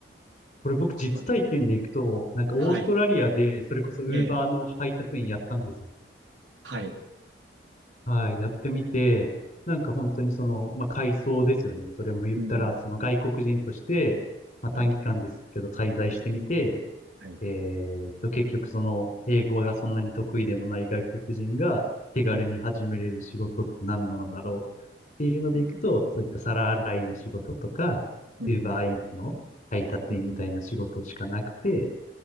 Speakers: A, on the left (about 40°); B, on the right (about 85°).
A: これ僕実体験で行くと、
B: まあ
A: なんかオーストラリアで、
B: はい。
A: それこそウーバーの配達員やったんですよ。
B: ええ、はい。
A: はい、やってみて、なんか本当にその、まあ、改装ですよね。それも言ったら、
B: うん。
A: その外国人として、まあ、短期間ですけど滞在してみて、
B: はい。はい。
A: えーっと、結局その、英語がそんなに得意でもない外国人が手軽に始めれる仕事って何なのだろうっていうのでいくと、
B: うん。うん。
A: そういった皿洗いの仕事とか、
B: うん。
A: Uber Eats の配達員みたいな仕事しかなくて、
B: うん。